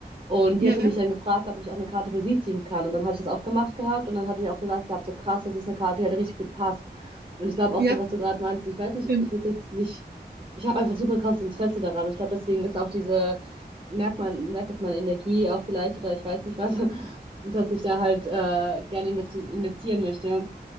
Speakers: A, on the right; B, on the right.
A: Und
B: Ja,
A: die hatte mich dann gefragt, ob ich auch eine Karte für sie ziehen kann. Und dann hatte ich das auch gemacht gehabt und dann hatte ich auch gesagt gehabt, so krass, das ist eine Karte, die halt richtig gut passt. Und ich glaube auch
B: ja,
A: so, was du gerade meintest, ich weiß nicht,
B: schön.
A: ich würde jetzt nicht, ich habe einfach super krasses Interesse daran. Ich glaube, deswegen ist auch diese, merkt man, merkt das meine Energie auch vielleicht oder ich weiß nicht was, <laughs> dass ich da halt äh, gerne investi investieren möchte.